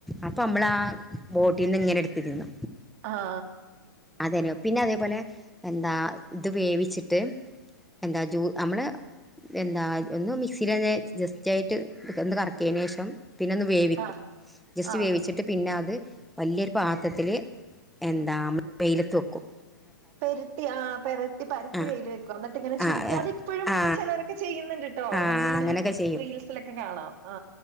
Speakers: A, in the centre; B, on the right.
A: അപ്പൊ നമ്മൾ ആ ബോട്ടിൽന്ന് ഇങ്ങനെ എടുത്ത്തിന്നു
B: ആ ആ
A: അത പിന്നെ അത അതുപോലെ എന്താ ഇത് വേവിച്ചിട്ട് എന്താ ജൂ നമ്മള് എന്താ ഒന്ന് മിക്സിൽ തന്നെ ജസ്റ്റ് ആയിട്ട് ഒന്ന് കറക്കിയതിന് ശേഷം പിന്നെ ഒന്ന് വേവിക്കും
B: ആ
A: ജസ്റ്റ്
B: ആ
A: വേവിച്ചിട്ട് പിന്നെ അത് വലിയൊരു പാത്രത്തില് എന്താ
B: ആ
A: മ്മ വെയില ത്ത്ക്കും
B: പെരട്ടി ആ പെരട്ടി പരത്തി
A: ആ
B: വെൽ വെക്കും എന്നിട്ട് ഇങ്ങനെ ചുരുട്ടി
A: ആ
B: അതിപ്പോഴും
A: ആ
B: ചിലരൊക്കെ ചെയ്യും കേട്ടോ
A: ആ
B: നമ്മളി ഇങ്ങനെ
A: അങ്ങനെയൊക്കെ ചെയ്യും
B: റീൽസിലൊക്കെ കാണാം ആ